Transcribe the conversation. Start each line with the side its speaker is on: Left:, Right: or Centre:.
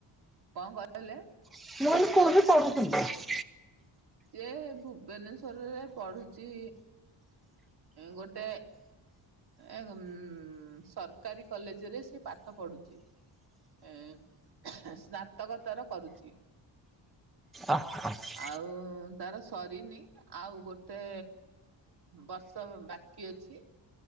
Right: କଣ କହିଲେ?
Centre: <inaudible>
Right: ସିଏ ଭୁବନେଶ୍ଵରରେ ପଢୁଛି। ଗୋଟେ ଏ ଗମ୍ ସରକାରୀ କଲେଜରେ ସେ ପାଠ ପଢୁଛି। ଏ ସ୍ନାତକୋତର କରୁଛି।
Centre: ଅ ହ।
Right: ଆଉ ମୁ ତାର ସରିନି ଆଉ ଗୋଟେ ବର୍ଷ ବାକି ଅଛି।